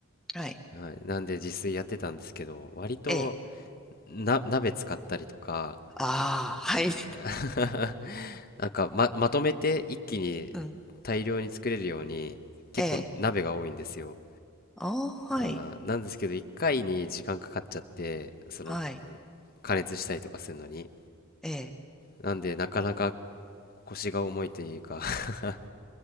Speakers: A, in the centre; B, on the left.
A: はい、
B: はい、なんで自炊やってたんですけど割と
A: ええ、
B: な、鍋使ったりとか、
A: ああ、はい、
B: あ
A: <laughs>
B: ー <laughs> なんかま、まとめて一気に大量に作れるように結構鍋が多いんですよ。
A: うん、ええ、ああ、はい。
B: あーなんですけど一回に時間かかっちゃってその
A: はい。
B: 加熱したりとかするのに
A: ええ。
B: なんでなかなか腰が重いというか <laughs>